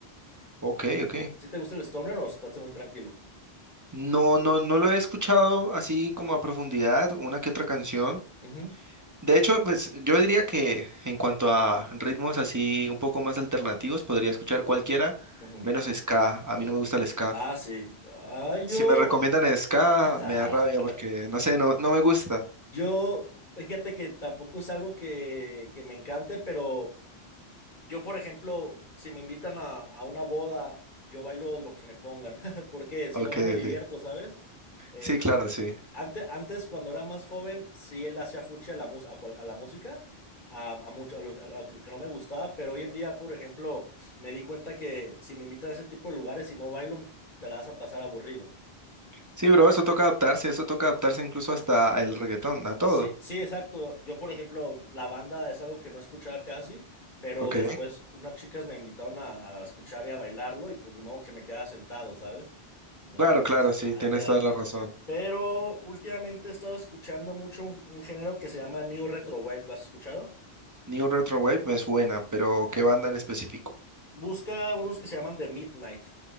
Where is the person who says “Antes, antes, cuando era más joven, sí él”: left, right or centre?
Left